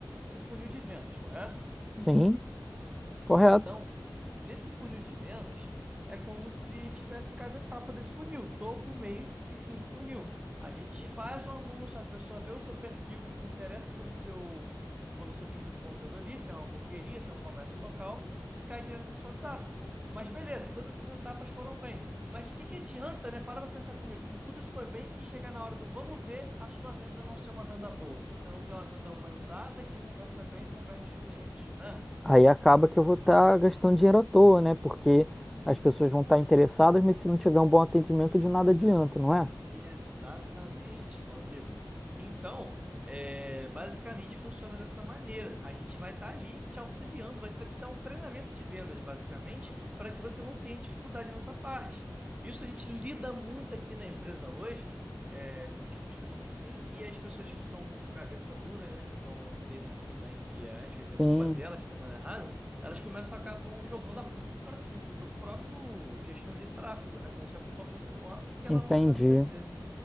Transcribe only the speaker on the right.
um funil de vendas, correto?
Então, nesse funil de vendas, é como se tivesse cada etapa desse funil, topo, meio e fim do funil. A gente faz um anúncio, a pessoa vê o seu perfil e se interessa pelo seu, pelo seu tipo de conteúdo ali, se é uma hamburgueria, se é um comércio local, e cai direto no seu WhatsApp. Mas beleza, todas essas etapas foram bem. Mas de que que adianta, né? Para para pensar comigo. Se tudo isso foi bem e chegar na hora do vamos ver, a sua venda não ser uma venda boa. Você não tem uma venda humanizada que conversa bem e converte os clientes, né?
Exatamente, meu amigo. Então, é, basicamente funciona dessa maneira. A gente vai estar ali te auxiliando, vai tá- te dar um treinamento de vendas, basicamente, para que você não tenha dificuldade nessa parte. Isso a gente lida muito aqui na empresa hoje, é, com tipos de pessoas assim, e as pessoas que são um pouco cabeça dura, né? Não entendem muito bem que às vezes é
culpa dela que está dando errado elas começam acabam jogando a culpa para cima do próprio gestor de tráfego, né? Como se a culpa fosse nossa que ela
não sabe vender,